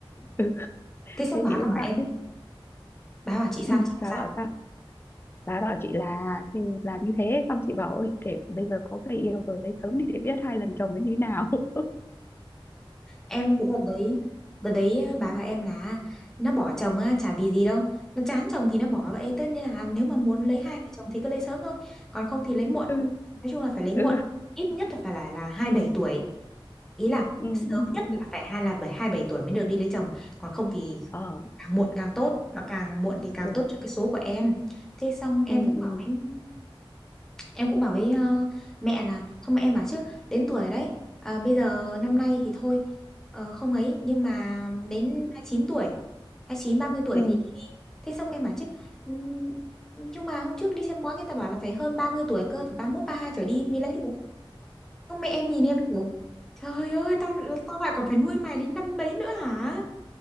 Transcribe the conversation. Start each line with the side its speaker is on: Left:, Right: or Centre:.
Left: ừ.
Centre: Thế xong
Left: thế
Centre: bà
Left: chị mới
Centre: còn bảo
Left: bảo
Centre: em,
Left: chứ
Centre: bà bảo chị sao?
Left: ừ,
Centre: Chị bảo
Left: bà
Centre: sao?
Left: bảo sao bà bảo chị là thì là như thế xong chị bảo ôi kể bây giờ có người yêu rồi lấy sớm đi để biết hai lần chồng nó như thế nào <laughs>
Centre: em cái đợt đấy đợt đấy ờ, bà và em là nó bỏ chồng á chả vì gì đâu nó chán chồng thì nó bỏ vậy tất nên là nếu mà muốn lấy hai vợ chồng thì cứ lấy sớm thôi còn không thì lấy muộn
Left: ừ
Centre: nói chung là phải lấy muộn
Left: ừ
Centre: ít nhất là phải là là hai bảy tuổi ý là
Left: ừ
Centre: sớm
Left: ừ
Centre: nhất
Left: ừ.
Centre: là phải hai là bảy hai bảy tuổi mới được đi lấy chồng còn không thì
Left: ờ
Centre: càng muộn càng tốt nó càng muộn thì càng
Left: ừ
Centre: tốt cho cái số của em thế xong em
Left: ừ
Centre: cũng
Left: ừ
Centre: bảo em em cũng bảo với ờ, mẹ là xong mẹ em bảo chứ đến tuổi đấy à, bây giờ năm nay thì thôi ờ, không ấy nhưng mà đến 29 tuổi 29 30 tuổi
Left: ừ
Centre: thì đi đi thế xong em bảo chứ "Ừm, nhưng mà hôm trước đi xem bói người ta bảo là phải hơn 30 tuổi cơ phải 31 32 trở đi mới lấy được xong mẹ em nhìn em kiểu trời ơi tao tao lại còn phải nuôi mày đến năm đấy nữa hả